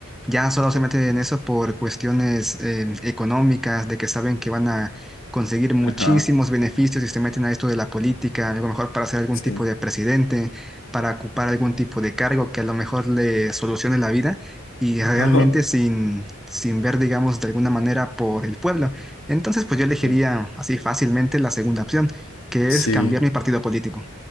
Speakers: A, in the centre; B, on the left (about 80°).
A: ya solo se meten en eso por cuestiones eh, económicas, de que saben que van a conseguir muchísimos
B: Ajá.
A: beneficios y se meten a esto de la política, a lo mejor para ser algún
B: Sí.
A: tipo de presidente, para ocupar algún tipo de cargo que a lo mejor le solucione la vida y realmente
B: Ajá.
A: sin, sin ver, digamos, de alguna manera por el pueblo. Entonces, pues yo elegiría
B: Ok.
A: así fácilmente la segunda opción, que
B: Sí,
A: es cambiar mi partido político.